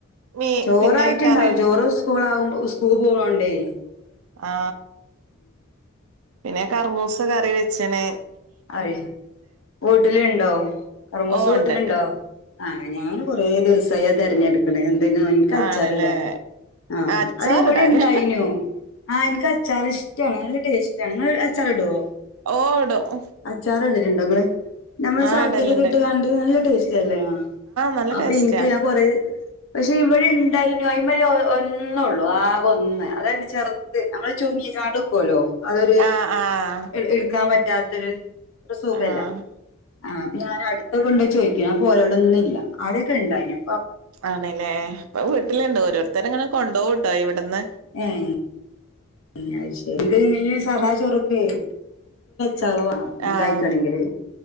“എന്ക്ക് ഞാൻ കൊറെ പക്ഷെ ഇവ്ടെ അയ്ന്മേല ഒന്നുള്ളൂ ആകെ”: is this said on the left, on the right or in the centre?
Left